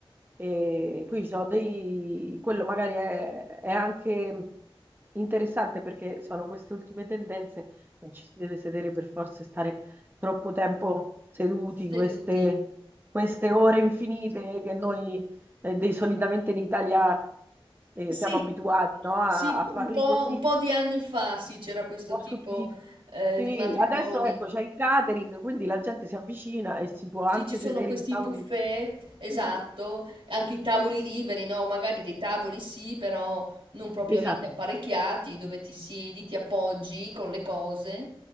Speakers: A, on the right; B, on the right.
A: E qui ci sono dei, quello magari è, è anche interessante perché sono queste ultime tendenze, non ci si deve sedere per forza e stare troppo tempo seduti,
B: seduti.
A: queste, queste ore infinite che noi eh, dei- solitamente in Italia eh,
B: Sì,
A: siamo abituati, no? A,
B: sì,
A: a farli
B: un po',
A: così,
B: un
A: un
B: po' di anni fa sì, c'era questo
A: po'
B: tipo
A: subiti.
B: eh,
A: Sì,
B: di matrimoni.
A: adesso ecco, c'è il catering, quindi la gente si avvicina e si può
B: Sì,
A: anche
B: ci sono
A: sedere
B: questi
A: in tavoli.
B: buffet, esatto,
A: Mhm.
B: anche i tavoli liberi, no? Magari dei tavoli sì, però non propriamente
A: Esatto.
B: apparecchiati, dove ti siedi, ti appoggi con le cose.